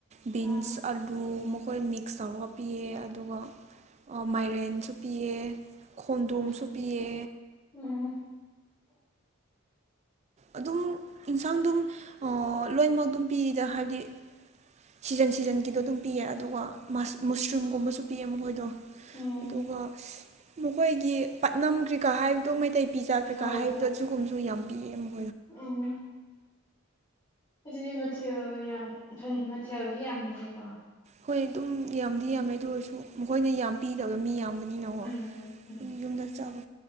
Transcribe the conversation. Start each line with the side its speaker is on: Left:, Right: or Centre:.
Right: ꯕꯤꯟꯁ
Left: ꯑꯥ
Right: ꯑꯂꯨ ꯃꯈꯣꯏ ꯃꯤꯛꯁ ꯇꯧꯔꯒ ꯄꯤꯌꯦ ꯑꯗꯨꯒ ꯃꯥꯏꯔꯦꯟꯁꯨ ꯄꯤꯌꯦ ꯈꯣꯡꯗꯣꯝꯁꯨ
Left: ꯍꯣꯏ
Right: ꯄꯤꯌꯦ
Left: ꯎꯝ
Right: ꯑꯗꯨꯝ ꯏꯟꯁꯥꯡ ꯑꯗꯨꯝ ꯑꯥ ꯂꯣꯏꯅꯃꯛ ꯑꯗꯨꯝ ꯄꯤꯌꯦꯗ ꯍꯥꯏꯕꯗꯤ ꯁꯤꯖꯟ ꯁꯤꯖꯟꯒꯤꯗꯣ ꯑꯗꯨꯝ ꯄꯤꯌꯦ ꯑꯗꯨꯒ ꯃꯨꯁꯔꯨꯝꯒꯨꯝꯕꯁꯨ ꯄꯤꯌꯦ ꯃꯈꯣꯏꯗꯣ꯫
Left: ꯎꯝ
Right: ꯑꯗꯨꯒ ꯃꯈꯣꯏꯒꯤ ꯄꯠꯅꯝ ꯀ꯭ꯔꯤꯀꯥ ꯍꯥꯏꯕꯗꯣ ꯃꯩꯇꯩ꯫ ꯄꯤꯖꯥ ꯀꯩꯀꯥ
Left: ꯍꯣꯏ
Right: ꯍꯥꯏꯕꯗꯣ ꯑꯗꯨꯒꯒꯨꯝꯕꯁꯨ ꯌꯥꯝ ꯄꯤꯌꯦ ꯑꯃꯨꯛ
Left: ꯑꯣ ꯑꯗꯨꯗꯤ ꯃꯊꯦꯜ ꯌꯥꯝ ꯃꯊꯦꯜꯗꯤ ꯌꯥꯝꯃꯤꯅꯦꯀꯣ
Right: ꯍꯣꯏ ꯑꯗꯨꯝ ꯌꯥꯝꯗꯤ ꯌꯥꯝꯃꯦ ꯑꯗꯨ ꯑꯣꯏꯔꯁꯨ ꯃꯈꯣꯏꯅ ꯌꯥꯝ ꯄꯤꯗꯕꯗ ꯃꯤ ꯌꯥꯝꯕ ꯅꯀꯣ
Left: ꯎꯝ ꯎꯝ
Right: ꯌꯨꯝꯗ ꯆꯥꯕ